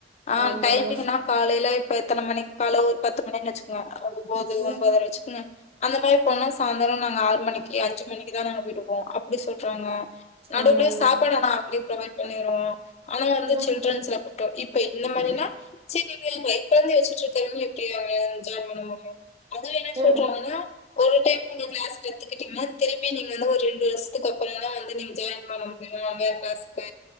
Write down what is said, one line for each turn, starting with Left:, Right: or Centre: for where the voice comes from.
Left: ஆ
Right: ஆமாங்க
Left: டைமிங்னா காலைல இப்ப எத்தனை மணிக்கு கால ஒரு பத்து மணிக்கு வச்சுக்கோங்க ஒன்போது
Right: ம்
Left: ஒன்போத ரை வச்சுக்கங்க அந்த மேரி போனா சாய்ந்தரம் நாங்க ஆறு மணி ஏ அஞ்சு மணிக்கு தான் நாங்க வீட்டுக்கு போவோம் அப்டி சொல்றாங்க நடுவுலயே
Right: ஆமாங்க
Left: சாப்பாடு ஆனா அவங்களே ப்ரொவைட் பண்ணிருவோம் ஆனா வந்து
Right: ம்
Left: சில்ட்ரன்ஸ்ல க்கு இப்ப இந்த மாரினா சேரி நீங்க கை கொழந்தய வச் தெரிஞ்சி எப்டிங்க ஜாயின் பண்ண முடியும் அதுவும் என்ன
Right: ம்
Left: சொல்றாங்கன்னா
Right: ம்
Left: ஒரு டைம் நீங்க கிளாஸ் கத்துக்கிட்டீங்கன்னா திருப்பி நீங்க வந்து ஒரு ரெண்டு வருஷ த்துக்கு அப்பறோ தான் வந்து நீங்க ஜாயின் பண்ண முடியும் அந்த கிளாஸ்ல